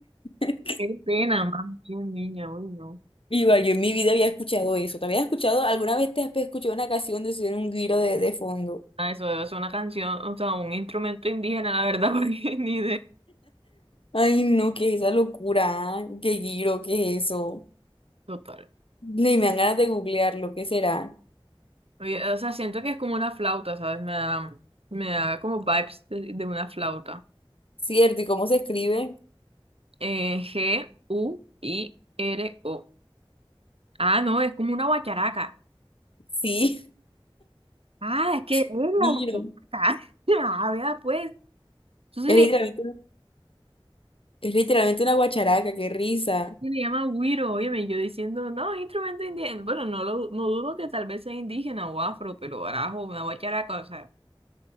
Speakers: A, on the left; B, on the right.
A: <laughs>
B: Qué pena, más bien, niña, uy, no.
A: Igual, yo en mi vida había escuchado eso. ¿Te habías escuchado? ¿Alguna vez te has escuchado una canción de subir un giro de, de fondo?
B: Ah, eso debe ser una canción, o sea, un instrumento indígena, la verdad, <laughs> porque ni idea.
A: Ay, no, ¿qué es esa locura? ¿Qué giro? ¿Qué es eso?
B: Total.
A: Ni me dan ganas de googlear lo que será.
B: Oye, o sea, siento que es como una flauta, ¿sabes? Me da, me da como vibes de, de una flauta.
A: ¿Cierto? ¿Y cómo se escribe?
B: Eh, G-U-I-R-O. Ah, no, es como una guacharaca.
A: Sí,
B: Ah, es que es la
A: <laughs> mira
B: guacharaca. <laughs> Ah, vea, pues. Entonces
A: Es
B: le,
A: literalmente, es literalmente una guacharaca, qué risa.
B: se le llama güiro, óyeme, yo diciendo, no, instrumento indígena. Bueno, no, lo, no dudo que tal vez sea indígena o afro, pero arajo, una guacharaca, o sea,